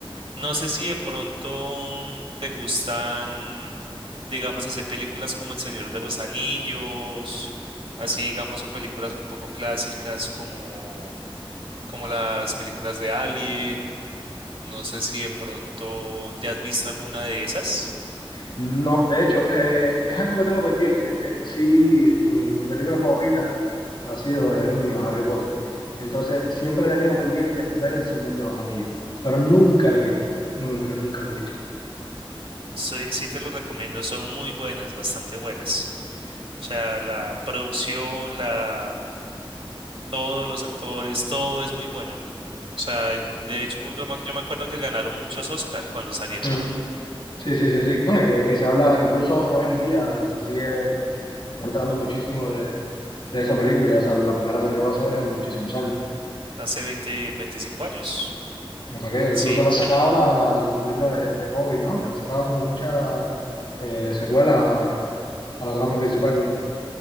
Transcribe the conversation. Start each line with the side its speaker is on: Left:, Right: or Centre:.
Right: No sé si de pronto te gustan, digamos, hacer películas como El Señor de los Anillos, así digamos, o películas un poco clásicas como, como las películas de Alien. No sé si de pronto ya has visto alguna de esas.
Left: No, de hecho, eh, es algo que tengo pendiente, porque sí, mi, mi película favorita ha sido desde niño Harry Potter. Entonces, siempre he tenido pendiente ver El Señor de los Anillos, pero nunca lo he visto, nunca, nunca lo he visto.
Right: Sí, sí te lo recomiendo, son muy buenas, bastante buenas. O sea, la producción, la, todos los actores, todo es muy bueno. O sea, de hecho, yo me yo me acuerdo que ganaron muchos Oscar cuando salieron,
Left: Mm. Sí, sí, sí, sí. No, y que, que se habla, incluso hoy en día se sigue contando muchísimo de, de esa película. Ya sal- la primera salió hace muchísimos años.
Right: hace 20, 25 años.
Left: Ya pa' qué,
Right: Sí,
Left: Incluso le han sacado la, la, las películas de, de Hobbit, ¿no? Le han sacado como muchas eh, secuelas a la trama principal.